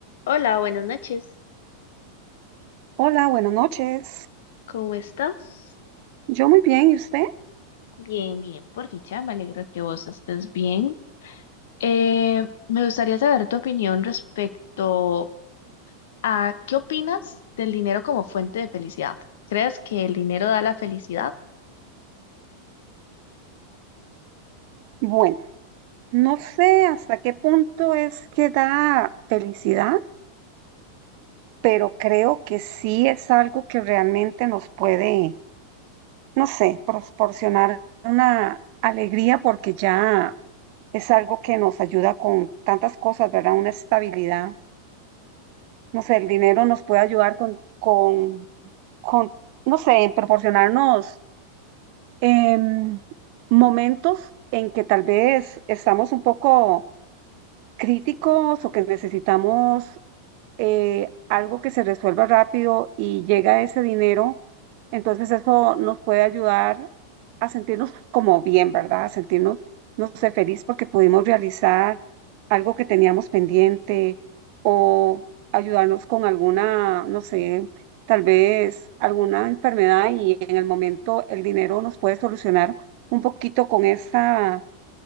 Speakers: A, on the left (about 55°); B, on the right (about 45°).
A: Hola, buenas noches.
B: Hola, buenas noches.
A: ¿Cómo estás?
B: Yo muy bien, ¿y usted?
A: Bien, bien, por dicha, me alegra que vos estés bien. Eh, me gustaría saber tu opinión respecto a qué opinas del dinero como fuente de felicidad. ¿Crees que el dinero da la felicidad?
B: Bueno, no sé hasta qué punto es que da felicidad, pero creo que sí es algo que realmente nos puede, no sé, proporcionar una alegría porque ya es algo que nos ayuda con tantas cosas, ¿verdad? Una estabilidad. No sé, el dinero nos puede ayudar con, con, con no sé, en proporcionarnos em, momentos en que tal vez estamos un poco críticos o que necesitamos eh, algo que se resuelva rápido y llega ese dinero, entonces eso nos puede ayudar a sentirnos como bien, ¿verdad? A sentirnos, no sé, feliz porque pudimos realizar algo que teníamos pendiente o ayudarnos con alguna, no sé, tal vez alguna enfermedad y en el momento el dinero nos puede solucionar un poquito con esa